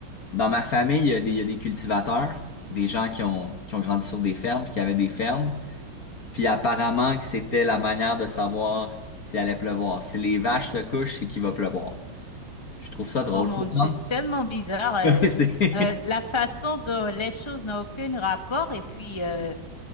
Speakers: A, on the left (about 50°); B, on the left (about 15°).
A: dans ma famille, il y a des il y a des cultivateurs, des gens qui ont qui ont grandi sur des fermes puis qui avaient des fermes. Puis apparemment que c'était la manière de savoir s'il allait pleuvoir. Si les vaches se couchent, c'est qu'il va pleuvoir. Je trouve ça drôle.
B: Oh mon
A: Je me
B: Dieu,
A: demande-
B: c'est tellement bizarre. euh,
A: <laughs> C'est
B: euh, la façon dont les choses n'ont aucun rapport et puis euh,